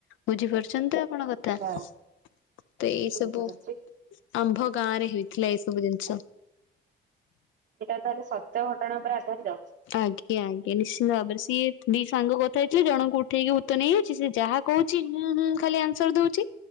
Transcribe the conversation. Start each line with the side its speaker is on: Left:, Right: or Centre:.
Left: ବୁଝିପାରୁଛନ୍ତି ତ କଣ କଥା
Right: ଆଚ୍ଛା
Left: ତ
Right: ହୁଁ
Left: ଏଇ ସବୁ
Right: ବୁଝିପାରୁଚି
Left: ଆମ୍ଭ ଗାଁରେ ହେଇଥିଲା ଏଇସବୁ ଜିନିଷ।
Right: ଏଟା ତାହେଲେ ସତ୍ୟ ଘଟଣା ଉପରେ ଆଧାରିତ।
Left: ଆଜ୍ଞା ଆଜ୍ଞା ନିଶ୍ଚିନ୍ତ ଭାବରେ ସିଏ ଦି ସାଙ୍ଗ କଥା ହେଇଥିଲେ ଜଣଙ୍କୁ ଉଠେଇକି ଭୂତ ନେଇଯାଉଛି ସେ ଯାହା କହୁଛି ହୁଁ ହୁଁ ଖାଲି ଆନ୍ସର ଦଉଛି।